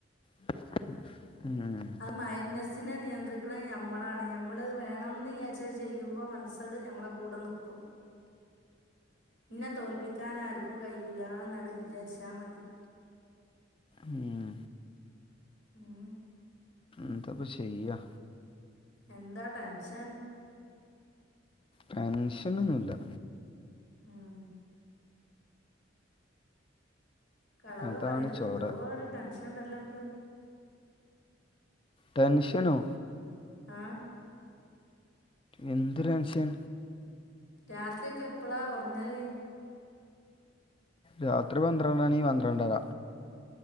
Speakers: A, on the left (about 30°); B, on the left (about 80°).
A: ഉം
B: മയന്നെസിനെനിയന്ത്രിക്ക്ണത് നമ്മളാണ്നമ്മൾ വേണംന്നിയാച്ച ചെയ്യുമ്പോ മനസ്സാണ്ട്നമ്മള കൂടെ നിക്കും ഇന്നെ തോൽപ്പിക്കാനാർക്കും കയൂലനാണ്ട് വിചാരിച്ചാ മതി
A: ഉം.
B: ഉം
A: എന്താപ്പചെയ്യാ
B: എന്താടെൻഷൻ
A: ടെൻഷനൊന്നുമല്ല
B: ഉം കളവ്
A: അതാണ്
B: പറയരുത്
A: ചോര
B: എന്തോ ഒരു ടെൻഷൻ ഉണ്ടല്ലോ അനക്ക്
A: ടെൻഷനോ
B: ആ
A: എന്ത് ടെൻഷൻ
B: രാത്രിയൊക്കെ എപ്പോഴാ ഉറങ്ങല്
A: രാത്രി പന്ത്രണ്ടണ്ടണി പന്ത്രണ്ടര